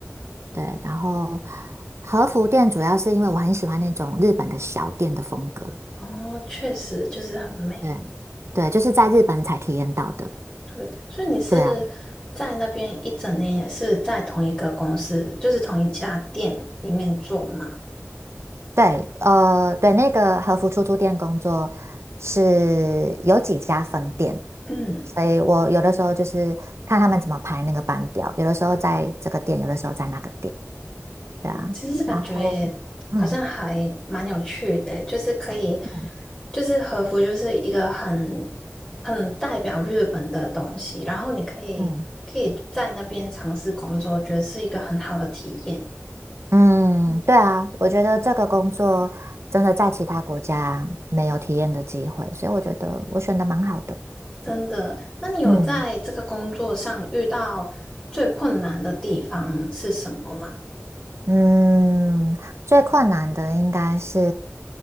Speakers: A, on the right; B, on the left.
A: 对，然后和服店主要是因为我很喜欢那种日本的小店的风格，
B: 哦，确实就是很美，
A: 对，对，就是在日本才体验到的。
B: 对，所以你是在那边一整年也是在同一个公司，
A: 对啊，
B: 就是同一家店里面做吗？
A: 对，呃，对，那个和服出租店工作是有几家分店，
B: 嗯。
A: 所以我有的时候就是看他们怎么排那个班表，有的时候在这个店，有的时候在那个店。对啊，
B: 其实感觉好像还蛮有趣的欸，
A: 然后，嗯
B: 就是可以，
A: 嗯
B: 就是和服就是一个很很代表日本的东西，然后你可以可以在那边尝试工作，
A: 嗯
B: 我觉得是一个很好的体验。
A: 嗯，
B: 嗯，
A: 对啊，我觉得这个工作真的在其他国家没有体验的机会，所以我觉得我选的蛮好的。
B: 真的。那你有在这个工作上遇到最困难的地方是什么吗？
A: 嗯嗯，最困难的应该是